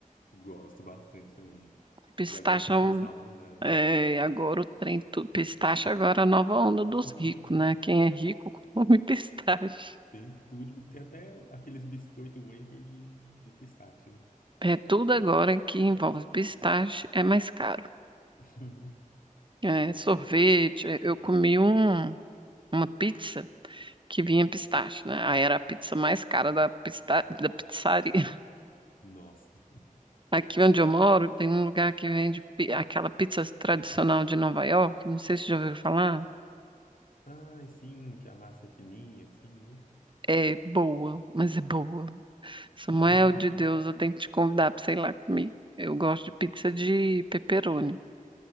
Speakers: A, on the left; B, on the right.
A: Gosto bastante também.
B: Pistache
A: E agora que tá
B: é um,
A: com essa onda, né?
B: é, agora o trem, tu- pistache agora é a nova onda dos
A: <laughs>
B: ricos, né? Quem é rico <laughs> come pistache.
A: Tem tudo, tem até aqueles biscoito wafer de, de pistache, né?
B: É tudo agora que envolve pistache é mais caro.
A: <laughs>
B: É, sorvete, é, eu comi um, uma pizza que vinha pistache, né? Aí era a pizza mais cara da, pista, da pizzaria. <laughs>
A: Nossa.
B: Aqui onde eu moro tem um lugar que vende pi- aquela pizza tradicional de Nova York, não sei se já ouviu falar.
A: Ai, sim, que a massa é fininha, assim, né?
B: É boa, mas é boa. Samuel
A: <laughs>
B: de Deus, eu tenho que te convidar para sei lá comigo. Eu gosto de pizza de pepperoni.